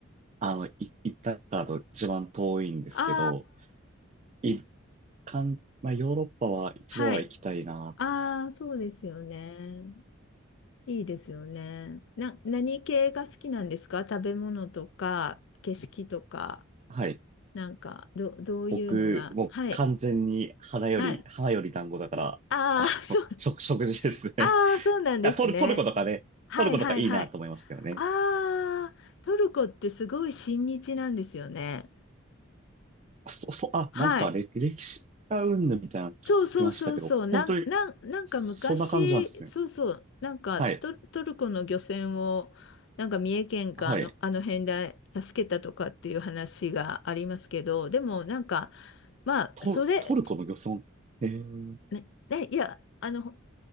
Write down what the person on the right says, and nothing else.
あの、い行ったからと一番遠いんですけど、
一貫、まあヨーロッパは一度は行きたいな
と。はい。
僕、もう完全に花より、
花より団子だから、
あの、
食、食事ですね。
<laughs>
あ、トル、トルコとかね、
トルコとかいいなと思いますけどね。
そ、そ、あ、
なんか歴、歴史がうんぬんみたいなの聞きましたけど、
本当に
そんな感じなんですね。
はい。
はい。
ト、
トルコの漁村。えー、